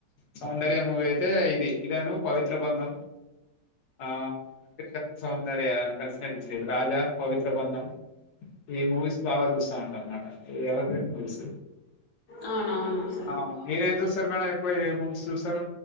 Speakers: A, on the left; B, on the left.
A: సౌందర్య మూవీ అయితే ఇది ఇదను పవిత్ర బంధం ఆ వెంకటేష్ సౌందర్య కలిసి నటీంచి రాజా పవిత్ర బంధం ఈ మూవీస్ బాగా చూస్తా ఉంటా అనమాట ఎవర్ గ్రీన్ మూవీస్
B: అవునవును సర్
A: ఆ!
B: ప
A: మీరేం చూస్తారు మేడం ఎక్కువ ఏ మూవీస్ చూస్తారు